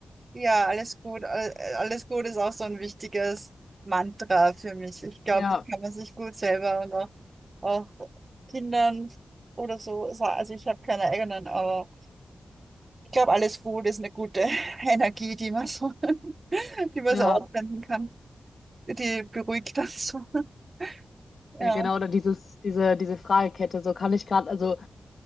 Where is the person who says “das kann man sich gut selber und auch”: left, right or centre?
Right